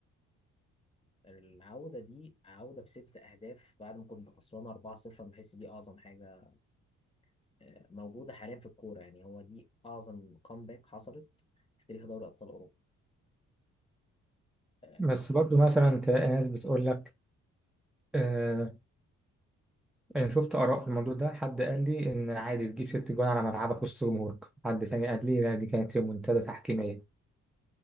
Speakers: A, on the left (about 20°); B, in the centre.
A: فالعودة دي عودة بست أهداف بعد ما كنت خسرانة 4-0 أنا بحس دي أعظم حاجة آه، موجودة حاليا في الكورة يعني هو دي أعظم كومباك حصلت في تاريخ دوري أبطال أوروبا آه،
B: بس برضو مثلا تلاقي ناس بتقول لك آه، أنا شفت آراء في الموضوع ده حد قال لي إن عادي تجيب ست جوان على ملعبك وسط جمهورك حد تاني قال لي لا دي كانت ريمونتادا تحكيمية